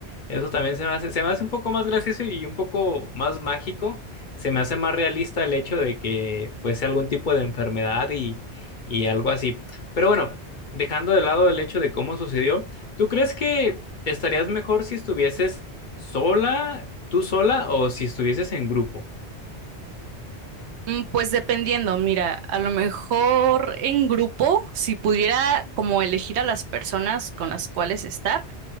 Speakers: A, on the left; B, on the right.
A: Eso también se me hace, se me hace un poco más gracioso y un poco más mágico. Se me hace más realista el hecho de que fuese algún tipo de enfermedad y, y algo así. Pero bueno, dejando de lado el hecho de cómo sucedió, ¿tú crees que estarías mejor si estuvieses sola, tú sola o si estuvieses en grupo?
B: Mm, Pues dependiendo, mira, a lo mejor en grupo, si pudiera como elegir a las personas con las cuales estar,